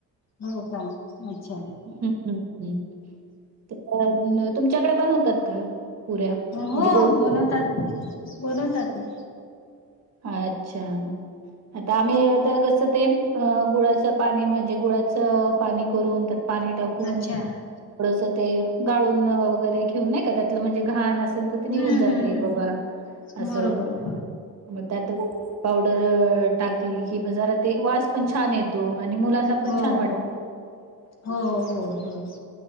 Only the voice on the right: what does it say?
हम्म हम्म तर तुमच्याकडे बनवतात का पुऱ्या म्हणजे
गोड
पुऱ्या
अच्छा आता आम्ही तर कसं ते गुळाचं पाणी म्हणजे गुळाचं पाणी करून पाणी टाकून
ड ते गाळून वगैरे घेऊन नाही का त्यातलं म्हणजे घाण अस निघून
जाते
अस
त्या पाड टाकली कि म जरा ते वास पण छान येत आणि मुलांना
पण छान
वाट